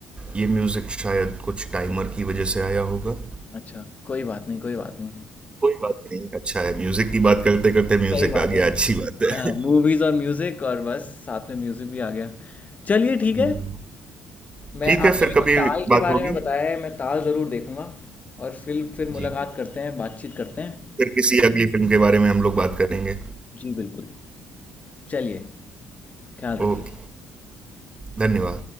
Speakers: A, on the right; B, on the left.
A: ये म्यूजिक शायद कुछ टाइमर की वजह से आया होगा
B: अच्छा कोई बात नहीं कोई बात नहीं
A: कोई बात नहीं अच्छा है म्यूजिक की बात करते करते म्यूजिक
B: सही बात
A: आ
B: है
A: गया अच्छी बात
B: हाँ
A: है
B: मूवीज और म्यूजिक और बस साथ में म्यूजिक भी आ गया चलिए ठीक
A: <laughs>
B: है मैं
A: ठीक है
B: आपने
A: फिर
B: मेरे को
A: कभी
B: ताल के
A: बात
B: बारे
A: होगी
B: में बताया है मैं ताल ज़रूर देखूंगा और फिर फिर
A: जी
B: मुलाकात करते हैं बातचीत करते हैं
A: फिर किसी अगली फिल्म के बारे में हम लोग बात करेंगे
B: जी बिल्कुल चलिए ख्याल रखिए
A: ओके धन्यवाद